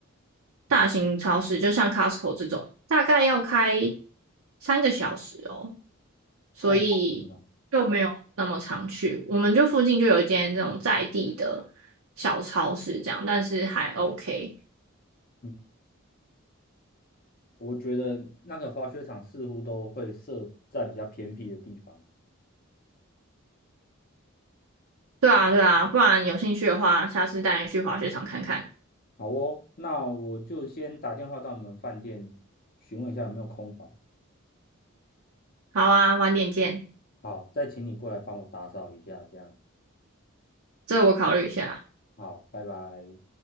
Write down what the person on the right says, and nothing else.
大型超市，就像 Costco 这种，大概要开三个小时哦，所以就没有那么常去。
我们就附近就有一间这种在地的小超市，这样，但是还 OK。
对啊，对啊，不然有兴趣的话，下次带你去滑雪场看看。
好啊，晚点见，
这我考虑一下。